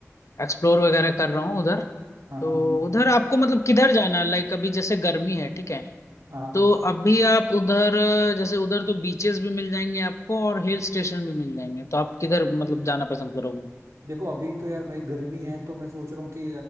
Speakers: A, on the left; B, on the right.
A: एक्सप्लोर वगैरह कर रहा हूँ उधर
B: हाँ
A: तो
B: हाँ हाँ
A: उधर आपको मतलब किधर जाना है लाइक अभी जैसे गर्मी है ठीक है
B: हाँ हाँ
A: तो अभी आप उधर अ, जैसे उधर तो बीचेस भी मिल जाएंगे आपको और हिल स्टेशन भी मिल जाएंगे तो आप किधर मतलब जाना पसंद करोगे
B: देखो अभी तो यार भाई गर्मी है तो मैं सोच रहा हूँ कि